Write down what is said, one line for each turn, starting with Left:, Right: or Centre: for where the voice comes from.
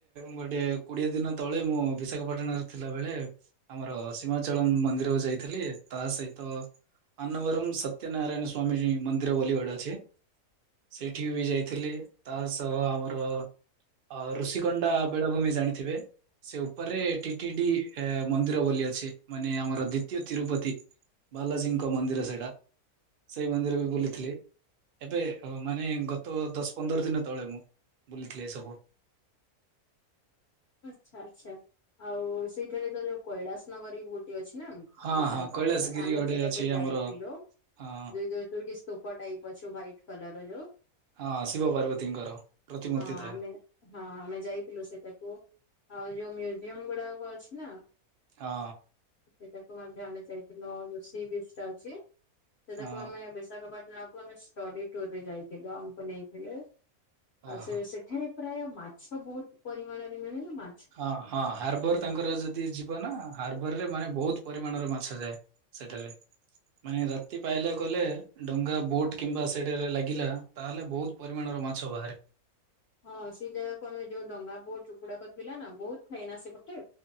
Right: ଗୋଟେ କୋଡିଏ ଦିନ ତଳେ ମୁଁ ବିଶାଖାପାଟଣା ରେ ଥିଲା ବେଳେ ଆମର ସୀମାଚଳଂ ମନ୍ଦିରକୁ ଯାଇଥିଲି। ତା ସହିତ ଆନବରମ୍ ସତ୍ୟ ନାରାୟଣ ସ୍ବାମୀଜୀ ମନ୍ଦିର ୱଲି ଗୋଡ଼େ ଅଛି। ସେଇଠି ବି ଯାଇଥିଲି। ତା ସହ ଆମର ଅ ଋଷିକଣ୍ଡା ବେଳାଭୂମି ଜାଣିଥିବେ? ସେ ଉପରେ ଟିଟି ଡି ଏଁ ମନ୍ଦିର ବୋଲି ଅଛି ମାନେ ଆମର ଦ୍ଵିତୀୟ ତିରୁପତି। ବାଲାଜୀଙ୍କ ମନ୍ଦିର ସେଇଟା। ସେଇ ମନ୍ଦିର ବି ବୁଲିଥିଲି ଏବେ ମାନେ ଗତ ଦଶ ପନ୍ଦର ଦିନ ତଳେ ମୁଁ ବୁଲିଥିଲି ଏ ସବୁ।
Left: ଆଚ୍ଛା ଆଚ୍ଛା ଆଉ ସେଇଠାରେ ତ ଯୋଉ କୈଳାସ ନଗରୀ ଗୋଟେ ଅଛି ନା।
Right: ହଁ
Left: ବିଶାଖାପଟନା
Right: ହଁ କୈଳାସ ଗିରି
Left: ଆମେ
Right: ଗୋଟେ
Left: ସେଟାକୁ
Right: ଅଛି
Left: ଯାଇଥିଲୁ
Right: ଆମର ହଁ
Left: ଦୁଇ ଦୁଇ ଦୁଇଟି ସ୍ତୁପ ଟାଇପ୍ ଅଛୁ ହ୍ୱାଇଟ୍ କଲର୍ ର ଯୋଉ।
Right: ହଁ ଶିବ ପାର୍ବତୀଙ୍କର ପ୍ରତିମୂର୍ତ୍ତି
Left: ହଁ
Right: ଥାଏ।
Left: ଆମେ ହଁ ଆମେ ଯାଇଥିଲୁ ସେଟାକୁ, ଆଉ ଯୋଉ ମ୍ୟୁଜିୟମ ଗୁଡାକ ଅଛି ନା
Right: ହଁ
Left: ସେଇଟାକୁ ମଧ୍ୟ ଆମେ ଯାଇଥିଲୁ, ଯୋଉ ସି ବିଚ୍ ଟା ଅଛି ସେଇଟାକୁ
Right: ହଁ
Left: ଆମେ ବିଶାଖାପାଟନା କୁ ଆମେ ଷ୍ଟଡି ଟୁର୍ ରେ ଯାଇଥିଲୁ, ଆମକୁ ନେଇଥିଲେ
Right: ହଁ
Left: ଆଉ ସେ
Right: ହଁ।
Left: ସେ ଏଠାରେ ପ୍ରାୟ ମାଛ ବହୁତ ପରିମାଣରେ ମିଳିଲେ ନା
Right: ହଁ- ହଁ ହାର୍ବର ତାଙ୍କର ଯଦି ଯିବ ନା, ହାର୍ବର ରେ ମାନେ ବହୁତ ପରିମାଣର ମାଛ ଯାଏ। ସେଠାରେ ମାନେ ରାତି ପାଇଲା କଲେ, ଡଙ୍ଗା ବୋଟ କିମ୍ବା ସେଠାରେ ଲାଗିଲା ତାହେଲେ ବହୁତ ପରିମାଣର ମାଛ ବାହାରେ।
Left: ହଁ ସେ ଜାଗାକୁ ଆମେ ଯୋଉ, ଡଙ୍ଗା ବୋଟ ଗୁଡାକ ଥିଲା ନା ବହୁତ ଥାଏ ନା ସେପଟେ।